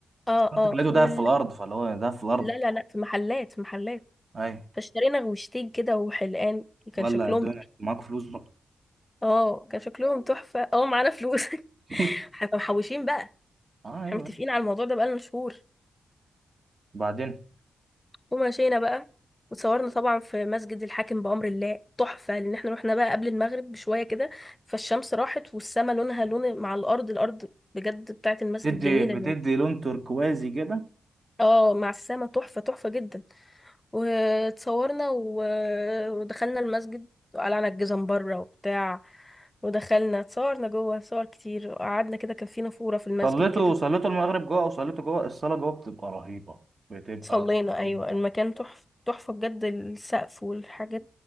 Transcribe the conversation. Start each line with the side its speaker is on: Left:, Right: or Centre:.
Left: اه
Right: بس انت
Left: اه
Right: لقيته
Left: وال...
Right: دهب في الارض فاللي هو دهب في الارض
Left: لا لا لا في محلات في محلات
Right: ايوه
Left: فاشترينا غوشتين كده وحلقان كان
Right: ولا
Left: شكلهم
Right: الدنيا معاكوا فلوس بقى
Left: اه كان شكلهم تحفة اه معانا فلوس <laughs>
Right: <laughs>
Left: احنا محوشين بقى
Right: اه ايوه
Left: احنا متفقين على الموضوع ده بقالنا شهور
Right: بعدين
Left: ومشينا بقى وتصورنا طبعا في مسجد الحاكم بأمر الله تحفة لأن احنا رحنا بقى قبل المغرب بشوية كده فالشمس راحت والسما لونها لون مع الأرض الأرض بجد بتاعت المسجد
Right: بتدي
Left: جميلة
Right: بتدي
Left: يعني
Right: لون تركوازي كده
Left: اه مع السما تحفة تحفة جدا وتصورنا و- ودخلنا المسجد وقلعنا الجزم بره وبتاع ودخلنا اتصورنا جوه صور كتير وقعدنا كده كان في نافورة في المسجد
Right: صليته
Left: كده
Right: صليته المغرب جوه او صليته جوه الصلاه جوه بتبقى رهيبه بتبقى
Left: صلينا ايوه
Right: رهيبه
Left: المكان تحفه تحفه بجد السقف والحاجات